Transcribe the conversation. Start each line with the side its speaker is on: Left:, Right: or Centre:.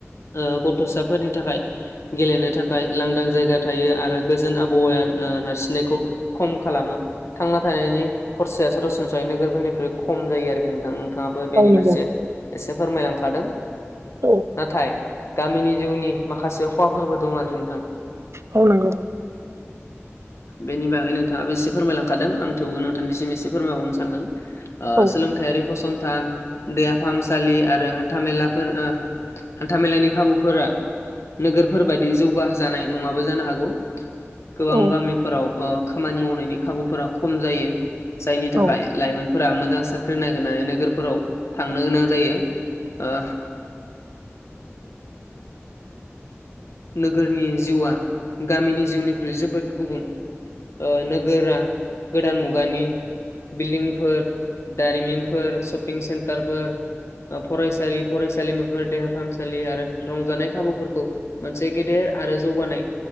Left: ओ गथ'साफोरनि थाखाय गेलेनो थाखाय लांदां जायगा थायो आरो गोजोन आबहावाया नारसिननायखौ खम खालामो। थांना थानायनि खरसाया सरासनस्रायै नोगोरफोरनिख्रुइ खम जायो आरोखि नोंथां। नोंथांङाबो बेनि
Right: औ नंगौ
Left: फारसे एसे फोरमायलांखादों।
Right: औ
Left: नाथाय गामिनि जिउनि माखासे खहाफोरबो दं आरोखि नोंथां।
Right: औ नंगौ।
Left: बेनि बागै नोंथाङाबो एसे फोरमायलांखादों आं थेवबो नोंथांनिसिम एसे फोरमायहरनो सानदों। ओ
Right: औ
Left: सोलोंथायारि फसंथान देहा फाहामसालि आरो हान्थामेलाफोर ओ हान्थामेलानि खाबुफोरा नोगोरफोर बायदि जौगा जानाय नङाबो जानो हागौ। गोबां
Right: औ
Left: गामिफोराव ओ खामानि मावनायनि खाबुफोरा खम जायो। जायनि थाखाय।
Right: औ
Left: लाइमोनफोरा मोजां साख्रि नागिरनानै नोगोरफोराव थांनो गोनां जायो। ओ नोगोरनि जिउआ गामिनि जिउनिख्रुइ जोबोद गुबुन ओ नोगोरा गोदान मुगानि बिल्डिंफोर दारिमिनफोर शपिं सेन्टारफोर ओ फरायसालि फरायसालिमाफोर देहा फाहामसालि आरो रंजानाय खाबुफोरखौ मोनसे गेदेर आरो जौगानाय